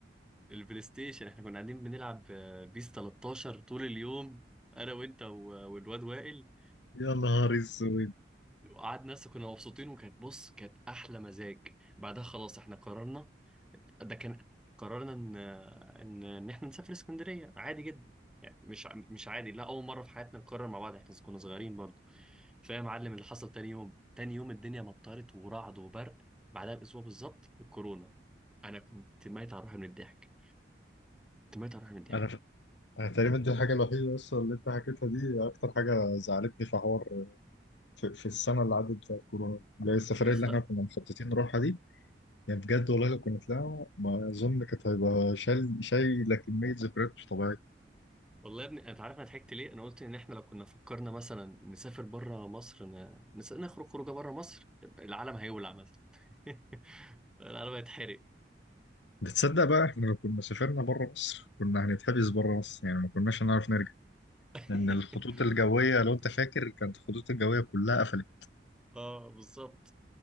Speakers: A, in the centre; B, on the left (about 80°).
A: البلاي ستيشن احنا كنا قاعدين بنلعب آه، بيس 13 طول اليوم انا وانت و- والواد وائل
B: يا نهار اسود
A: قعدنا لسه كنا مبسوطين وكانت بص كانت احلى مزاج بعدها خلاص احنا قررنا ده كان قررنا ان ان ان احنا نسافر اسكندريه عادي جدا يعني مش ع- مش عادي لا اول مره في حياتنا نقرر مع بعض احنا كنا صغيرين برضه فيا معلم اللي حصل تاني يوم تاني يوم الدنيا مطرت ورعد وبرق بعدها باسبوع بالظبط الكورونا انا كنت ميت على روحي من الضحك كنت ميت على روحي من الضحك
B: انا ف... انا تقريبا دي الحاجة الوحيدة بس اللي انت حكيتها دي اكتر حاجة زعلتني في حوار في, في السنة اللي عدت بتاعت كورونا اللي هي السفرية
A: يا اسطى
B: اللي احنا كنا مخططين نروحها دي يعني بجد والله لو كنا طلعنا ما اظن كانت هيبقى شايل شايله كميه ذكريات مش طبيعيه
A: والله يا ابني انت عارف انا ضحكت ليه انا قلت ان احنا لو كنا فكرنا مثلا نسافر بره مصر ن... نس... نخرج خروجه بره مصر العالم هيولع مثلا <laughs> العالم هيتحرق
B: بتصدق بقى احنا لو كنا سافرنا بره مصر كنا هنتحبس بره مصر يعني ما كناش هنعرف نرجع
A: <laughs>
B: لان الخطوط الجويه لو انت فاكر كانت الخطوط الجويه كلها قفلت
A: اه بالظبط